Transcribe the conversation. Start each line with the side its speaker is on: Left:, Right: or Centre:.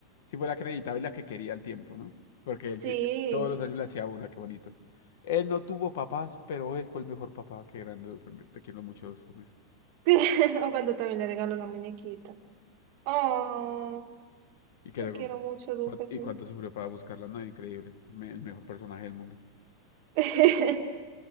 Left: sí fue la que necesitaba y la que quería al tiempo, ¿no? Porque él
Right: Sí.
Left: sí- todos los años le hacía una, qué bonito. Él no tuvo papás, pero él fue el mejor papá. Qué grande, Duffer, Te quiero mucho, Duffer.
Right: <laughs> O cuando también le regaló la muñequita. Oh,
Left: Y, que
Right: te quiero mucho, Duque. sí.
Left: y cuánto sufrió para buscarla, ¿no? Increíble. Me- el mejor personaje del mundo.
Right: <laughs>